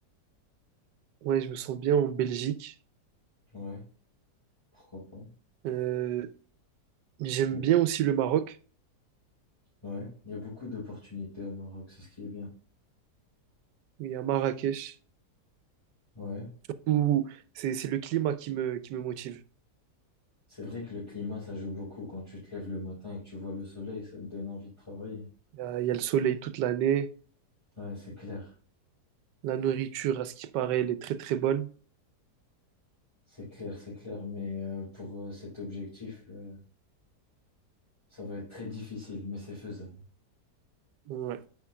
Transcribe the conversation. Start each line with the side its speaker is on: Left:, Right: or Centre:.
Right: ouais, je me sens bien en Belgique.
Left: Ouais, pourquoi pas.
Right: Euh, j'aime
Left: Y- a-
Right: bien aussi le Maroc,
Left: Ouais, il y a beaucoup d'opportunités au Maroc, c'est ce qui est bien.
Right: et à Marrakech,
Left: Ouais,
Right: où c'est, c'est le climat qui me, qui me motive.
Left: c'est vrai que le climat, ça joue beaucoup. Quand tu te lèves le matin et que tu vois le soleil, ça te donne envie de travailler.
Right: Il y a, il y a le soleil toute l'année.
Left: Ouais, c'est clair,
Right: La nourriture, à ce qui paraît, elle est très très bonne.
Left: c'est clair, c'est clair. Mais euh, pour euh, cet objectif. euh, Ça va être très difficile, mais c'est faisable.
Right: Ouais.